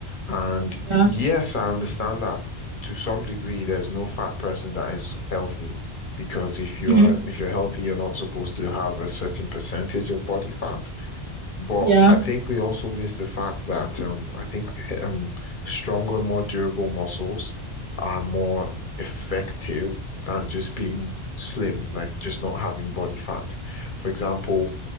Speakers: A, on the left (about 50°); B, on the right (about 30°).
A: And
B: Yeah.
A: yes, I understand that to some degree, there's no fat person that is healthy because if you're
B: hmm
A: if you're healthy, you're not supposed to have a certain percentage of body fat. But
B: Yeah.
A: I think we also miss the fact that um, I think um, stronger, more durable muscles are more effective than just being slim, like just not having body fat. For example,